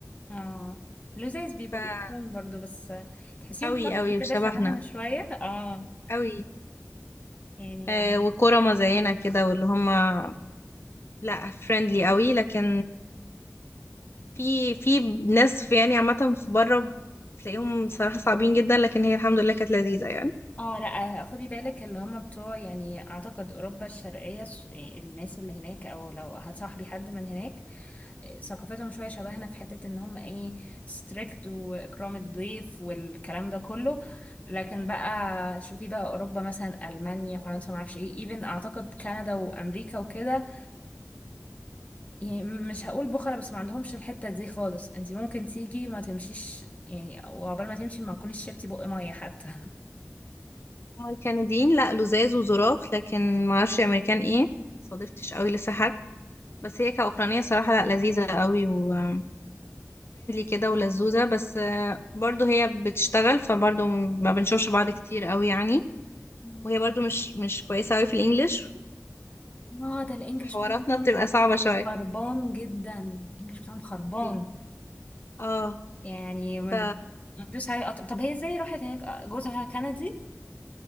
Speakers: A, on the left; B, on the left.
A: اه لذاذ بيبقوا
B: ف
A: الأطفال برضو بس آه، تحسيهم
B: أوي
A: صف
B: أوي
A: كده
B: وشبهنا
A: شبهنا شوية اه
B: أوي
A: يعني
B: آه وكرما زينا كده واللي هما لا فريندلي أوي لكن في في ناس في يعني عامة في بره تلاقيهم صراحة صعبين جدا لكن هي الحمد لله كانت لذيذة يعني
A: اه لا خدي بالك اللي هم بتوع يعني اعتقد اوروبا الشرقيه ش- الناس اللي هناك او لو هتصاحبي حد من هناك إيه، ثقافتهم شويه شبهنا في حته ان هم ايه ستريكت واكرام الضيف والكلام ده كله لكن بقى شوفي بقى اوروبا مثلا المانيا فرنسا ما اعرفش ايه ايفن اعتقد كندا وامريكا وكده يعني مش هقول بخلة بس ما عندهمش الحته دي خالص انت ممكن تيجي ما تمشيش يعني وعقبال ما تمشي ما تكونيش شربتي بق ميه حتى
B: هما الكنديين لا لزاز وظراف لكن معرفش أمريكان ايه صادفتش أوي لسه حد بس هي كأوكرانية صراحة لا لذيذة أوي وفريندلي كده ولذوذة بس آه، برضو هي بتشتغل فبرضو ما بنشوفش بعض كتير أوي يعني
A: مم.
B: وهي برضو مش مش كويسة أوي في الإنجليش
A: اه ده الانجليش
B: فحواراتنا
A: بتاعهم
B: بتبقى صعبة شوية
A: خربان جدا الانجليش بتاعهم خربان
B: ال- اه
A: يعني ما
B: ف
A: ما تدوس عليه قطر طب هي ازاي راحت هناك آه، جوزها كندي